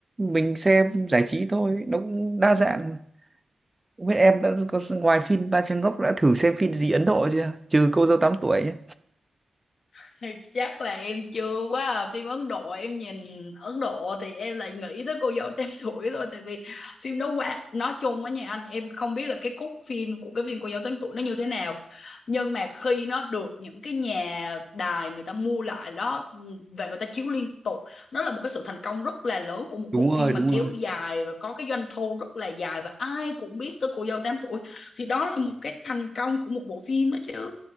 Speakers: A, on the right; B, on the left.
A: mình xem giải trí thôi nó cũng đa dạng không biết em đã có ngoài phim Ba Trang Ngốc đã thử xem phim gì Ấn Độ chưa trừ cô dâu 8 tuổi nhé
B: <laughs> chắc là em chưa quá à. phim Ấn Độ em nhìn Ấn Độ thì em lại nghĩ tới cô dâu tám <laughs> tuổi thôi tại vì phim đó qua nói chung á nha anh em không biết là cái cốt phim của cái phim cô dâu tám tuổi nó như thế nào nhưng mà khi nó được những cái nhà đài người ta mua lại đó ừ, và người ta chiếu liên tục nó là một cái sự thành công rất là lớn của một
A: đúng
B: bộ
A: rồi
B: phim
A: đúng
B: mà kéo
A: rồi
B: dài và có cái doanh thu rất là dài và ai cũng biết tới cô dâu tám tuổi thì đó là một cái thành công của một bộ phim đó chứ